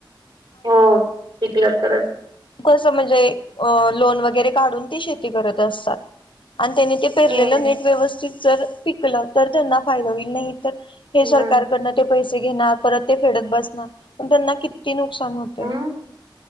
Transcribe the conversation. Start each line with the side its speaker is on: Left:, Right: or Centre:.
Right: हो शिकलं तरच
Left: कस म्हणजे लोन वगैरे काढून ती शेती करत असतात आणि त्यानी ते पेरलेलं
Right: हम्म
Left: नेट व्यवस्थित जर पिकलं तर त्यांना फायदा होईल नाही हे
Right: हम्म,
Left: सरकारकडन पैसे घेणार परत ते फेडत बसणार त्यां किती नुकसान होतय
Right: हा